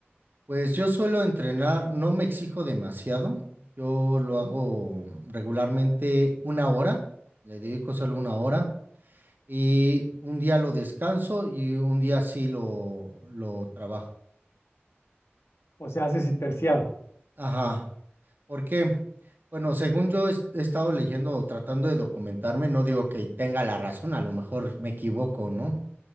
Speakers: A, on the right; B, on the left.
A: pues yo suelo entrenar, no me exijo demasiado, yo lo
B: Ujú.
A: hago regularmente una hora, le dedico solo una hora y un día lo descanso y un día sí lo, lo trabajo.
B: O sea, haces y terciado.
A: Ajá. ¿Por qué? Bueno, según yo es- he estado leyendo o tratando de documentarme, no digo que tenga la razón, a lo mejor me equivoco, ¿no?